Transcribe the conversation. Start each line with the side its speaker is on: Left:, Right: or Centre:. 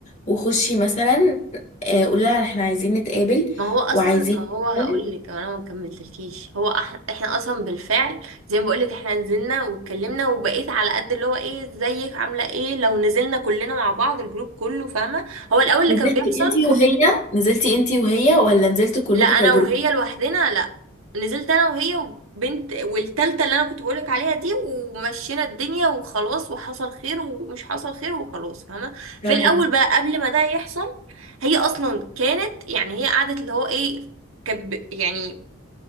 Left: وخشي مثلا آه، قولي لها احنا عايزين نتقابل
Right: ما هو اصلا
Left: وعايزين
Right: ما هو
Left: نتكلم
Right: هقول لك انا ما كملتلكيش هو أح... احنا اصلا بالفعل زي ما بقول لك احنا نزلنا واتكلمنا وبقيت على قد اللي هو ايه ازيك عامله ايه لو نزلنا كلنا مع بعض الجروب كله فاهمه هو الاول اللي
Left: نزلتي
Right: كان بيحصل
Left: انتي وهي نزلتي انتي وهي ولا نزلتوا كلكم
Right: لا انا
Left: كجروب
Right: وهي لوحدنا لا نزلت انا وهي وبنت والتالتة اللي انا كنت بقولك عليها دي ومشينا الدنيا وخلاص وحصل خير ومش حصل خير وخلاص فاهمة في
Left: تمام
Right: الاول بقى قبل ما ده يحصل هي اصلا كانت يعني هي قعدت اللي هو ايه كب يعني